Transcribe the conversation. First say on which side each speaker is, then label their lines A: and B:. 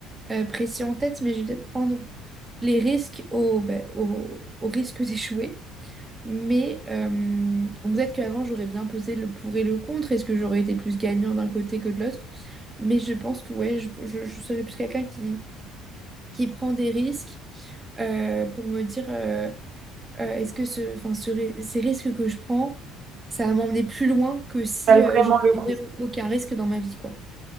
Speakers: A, on the right (about 20°); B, on the right (about 50°).
A: euh, précis en tête, mais je vais peut-être prendre les risques au, ben, au, au risque <laughs> d'échouer. Mais euh, bon, peut-être qu'avant, j'aurais bien pesé le pour et le contre. Est-ce que j'aurais été plus gagnant d'un côté que de l'autre? Mais je pense que ouais, je, je, je serais plus quelqu'un qui, qui prend des risques euh, pour me dire. euh, est-ce que ce, enfin, ce ri- ces risques que je prends, ça va m'emmener plus loin que si
B: Ça Vale
A: euh,
B: vraiment
A: je
B: le coup.
A: ne aucun risque dans ma vie, quoi.